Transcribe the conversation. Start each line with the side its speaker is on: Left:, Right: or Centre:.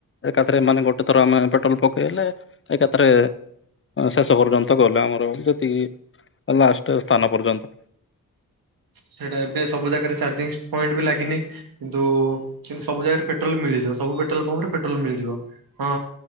Left: ଏକାଥରେ ମାନେ ଗୋଟେ ଥର ଆମେ ପେଟ୍ରୋଲ ପକେଇଲେ ଏକାଥରେ ଶେଷ ପର୍ଯ୍ୟନ୍ତ ଗଲେ ଆମର ଯେତିକି ଲାଷ୍ଟ ସ୍ଥାନ ପର୍ଯ୍ୟନ୍ତ।
Right: ସେଇଟା ଏବେ ସବୁ ଜାଗାରେ ଚାର୍ଜିଂ ସ୍ ପଏଣ୍ଟ ବି ଲାଗିନି। କିନ୍ତୁ କିନ୍ତୁ ସବୁ ଜାଗାରେ ପେଟ୍ରୋଲ ମିଳିଯିବ ସବୁ ପେଟ୍ରୋଲ ପମ୍ପ ରେ ପେଟ୍ରୋଲ ମିଳିଯିବ। ହଁ